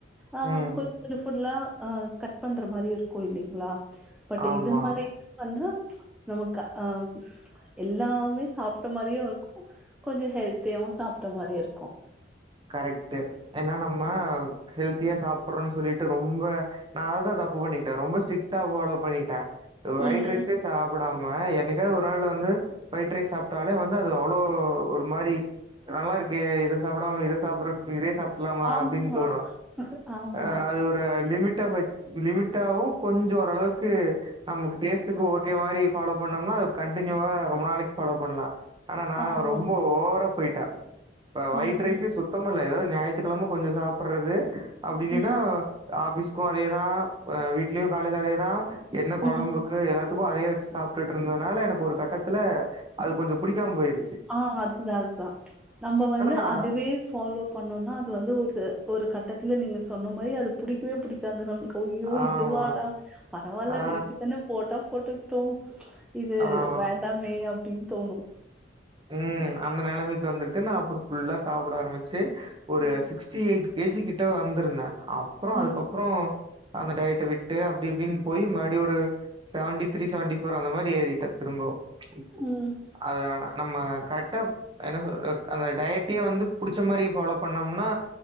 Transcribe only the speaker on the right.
ம்.
ஆமா.
கரெக்ட்டு ஏனா நம்ம ஹெல்த்தியா சாப்பட்றோன் சொல்லிட்டு ரொம்ப நா அத தா தப்பு பண்ணிட்டே ரொம்ப ஸ்ட்ரிட்டா ஃபாலோ பண்ணிட்டே ஒய்ட்
ரைஸே சாப்படாம என்னைக்காவ்து ஒரு நாளு வந்து ஒய்ட் ரைஸ் சாப்ட்டாலே வ ந்து அது அவ்ளோ ஒரு மாரி நல்லா இருக்கே இத சாப்படாம இத சாப்பட்ற க்கு இதே சாப்ட்லாமா
அப்டின் தோணு
அ அது ஒ ரு லிமிட்டா வட் லிமிட்டாவு கொஞ்சோ ஓரளவுக்கு நமக்கு டேஸ்ட்டுக்கு ஓ கே மாரி ஃபாலோ பண்ணம்னா அது கன்டினியூவா ரொம்ப நாளைக் ஃபாலோ பண்லா ஆனா நா
ரொம்போ ஓவரா போய்ட்டா அ ஒயிட்
ரைஸே சுத்தமா இல்ல எதாவ்து ஞாய்த்துக்கெழம கொஞ்சோ சாப்பட்றது அப்டி இல்லீனா
ஆஃபீஸ்க்கு அதேதா அ வீட்லயு காலைல அதேதா என்ன
கொழம்பு க்கு எல்லாத்துக்கு அதே வெஸ் சாப்ட்டுட்ருந்தனால எனக் ஒரு கட்டத்துல அது கொஞ்சோ புடிக்காம போய்ருச்சு
நான்
ஆமா.
ஆ
ஆமா.
ம் அந்த நெலமைக் வந்துட்டு நா அப்பற ஃபுல்லா சாப்பட ஆரம்பிச்சு ஒரு
sixty eight K G கிட்ட வந்திருந்தே அப்றோ
அதுக்கப் றோ அந்த டயட்ட விட்டு அப்டி இப்டின் போய் மறுப்டியு ஒரு செவன்ட்டி த்ரீ செவன்ட்டி ஃபோர் அந்த மாரி ஏறிட்டா திரும்பவு இப்போ
அது ஆனா நம்ம கரெக்ட்டா என்ன சொல்றது அந்த டயட்டயே வந்து புடிச்ச மாரி ஃபாலோ பண்ணம்ன்னா